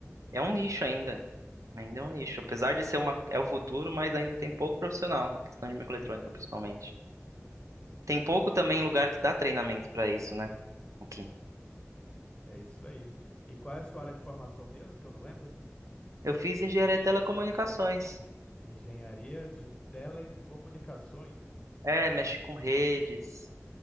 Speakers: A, on the right; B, on the left.
A: é um nicho ainda. Ainda é um nicho. Apesar de ser uma, é o futuro, mas ainda tem pouco profissional na questão de microeletrônica, principalmente. Tem pouco também lugar que dá treinamento para isso, né? Aqui.
B: É isso aí. E qual é a sua área de formação mesmo, que eu não lembro?
A: Eu fiz engenharia de telecomunicações.
B: Engenharia de telecomunicações.
A: É, mexe com redes,